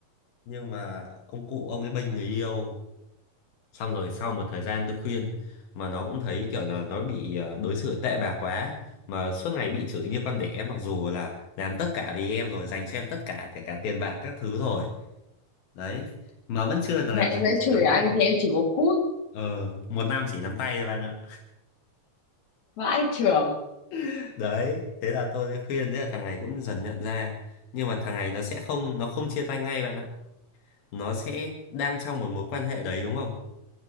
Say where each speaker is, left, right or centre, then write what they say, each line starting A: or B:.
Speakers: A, on the left; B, on the left.
A: nhưng mà ông cụ ông ấy bênh người yêu xong rồi sau một thời gian tôi khuyên mà nó cũng thấy kiểu là nó bị ờ, đối xử tệ bạc quá mà suốt ngày bị chửi như con đẻ mặc dù là làm tất cả vì em rồi dành cho em tất cả kể cả tiền bạc các thứ rồi đấy mà vẫn chưa được
B: mẹ
A: làm gì
B: mẹ
A: chỉ
B: chửi
A: nắm
B: anh
A: tay
B: thì em chỉ có cút.
A: ờ một năm chỉ nắm tay thôi bạn ạ
B: Vãi trưởng.
A: <laughs> đấy thế là tôi mới khuyên thế là thằng này cũng dần nhận ra nhưng mà thằng này nó sẽ không nó không chia tay ngay bạn ạ nó sẽ đang trong một mối quan hệ đấy đúng không